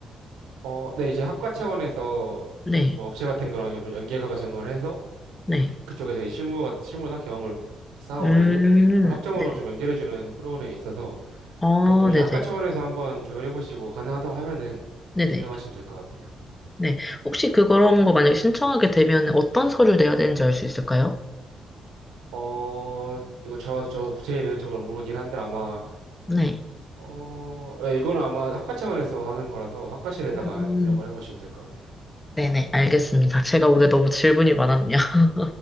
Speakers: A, on the right (about 85°); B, on the left (about 15°).
A: 어, 네. 이제 학과 차원에서
B: 네,
A: 뭐 업체 같은 거랑 연- 연계가 과정을 해서
B: 네.
A: 그쪽에서 이제 실무가 실무나 경험을 쌓아오면은
B: 음,
A: 그걸 학점으로
B: 네네.
A: 좀 연결해주는 프로그램이 있어서
B: 어,
A: 이것도 이제
B: 네네.
A: 학과 차원에서 한번 조율해보시고 가능하다고 하면은
B: 네네.
A: 진행하시면 될 것 같아요.
B: 네. 혹시 그런 거 만약에 신청하게 되면 어떤 서류 내야 되는지 알 수 있을까요?
A: 어, 이거 저, 저 구체적으로 모르긴 한데 아마,
B: 네.
A: 어, 예, 이거는 아마 학과 차원에서 하는 거라서 학과실에다가
B: 음,
A: 연락을 해보시면 될 것 같아요.
B: 네네, 알겠습니다. 제가 오늘 너무 질문이 많았네요. <laughs>